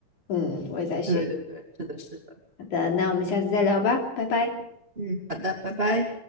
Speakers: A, on the left; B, on the right.
A: 嗯，我也在学习
B: 对对对，是的，是的，
A: 好的，那我们下次再聊吧，拜拜。
B: 嗯，好的，拜拜。